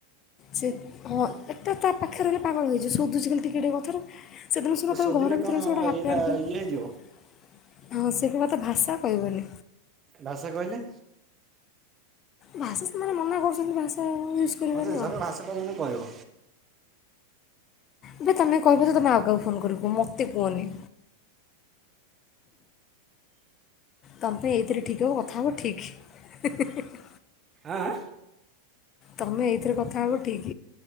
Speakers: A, on the left (about 30°); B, on the right (about 25°).
A: ସେ ହଁ ଏଟା ତା ପାଖରେ ରହିଲେ ପାଗଳ ହେଇଯିବ ଶୋଧୁଛି ଖାଲି ଟିକେ ଟିକେ କଥାରେ। ସେଦିନ ସିନା
B: ତ
A: ତାଙ୍କ
B: ଶୋଧିଲେ
A: ଘର
B: କ'ଣ
A: ଭିତରେ
B: ହେବ
A: ସିଏ ଗୋଟେ ହାପି
B: ଇଏଟା
A: <inaudible>
B: ଇଏ ହେଇଯିବ
A: ହଁ ସେ କଥା ଭାଷା କହିବନି।
B: ଭାଷା କହିଲେ?
A: ଭାଷା ସେମାନେ ମନା କରୁଛନ୍ତି ଭାଷା ୟୁଜ୍ କରିବନି
B: ହଁ ଯେ ଜଣେ
A: ଆଉ
B: ଭାଷ ଟା ଜଣେ କହିବ।
A: ଏବେ ତୋମେ କହିବ ଯେ ତୋମେ ଆଉ କାହାକୁ ଫୋନ୍ କରିକି, ମୋତେ କୁହନି। ତୋମ ପାଇଁ ଏଇଥିରେ ଠିକ୍ ହବ କଥା ହବ ଠିକ୍।
B: ଆଁ,
A: ତୋମେ ଏଇଥିରେ କଥା ହବ ଠିକ୍,